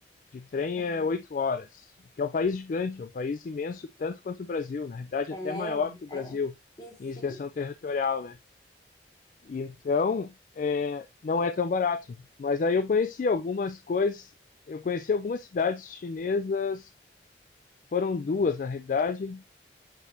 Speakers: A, on the left; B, on the left.
A: De trem
B: aham.
A: é oito horas, É porque é um país gigante, é um país imenso, tanto quanto o Brasil, na realidade é
B: É,
A: até maior que o Brasil
B: é. E sim,
A: em extensão territorial, né? Então, é, não é tão barato. Mas aí eu conheci algumas coisas, eu conheci algumas cidades chinesas, foram duas na realidade,